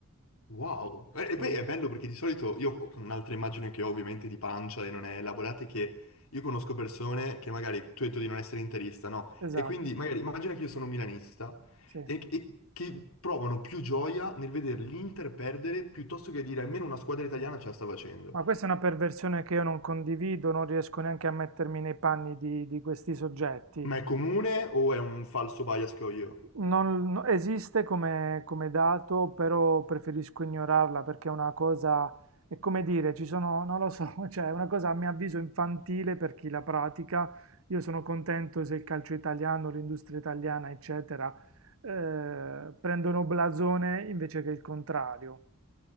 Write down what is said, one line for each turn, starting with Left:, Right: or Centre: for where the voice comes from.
Left: Wow! E, e
Right: Sì.
Left: poi è bello perché di solito io ho un'altra immagine che ho ovviamente di pancia e non è elaborata è che io conosco persone che magari tu hai detto di non essere interista, no?
Right: Esatto,
Left: E quindi magari immagina che io sono milanista
Right: sì.
Left: e, e che provano più gioia nel vedere l'Inter perdere piuttosto che dire almeno una squadra italiana ce la sta facendo.
Right: Ma questa è una perversione che io non condivido, non riesco neanche a mettermi nei panni di, di questi soggetti.
Left: Ma è comune o è un falso bias che ho io?
Right: Non, no- esiste come, come dato, però preferisco ignorarla perché è una cosa, è come dire, ci sono, non lo so, <laughs> cioè è una cosa a mio avviso infantile per chi la pratica. Io sono contento se il calcio italiano, l'industria italiana, eccetera, eh, prendono blasone invece che il contrario.